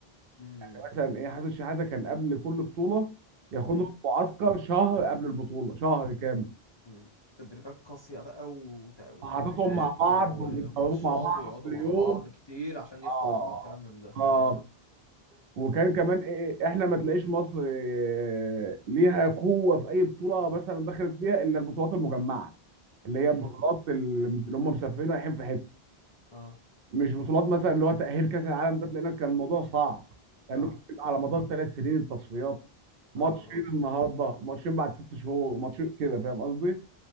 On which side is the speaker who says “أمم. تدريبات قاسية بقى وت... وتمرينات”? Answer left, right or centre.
Left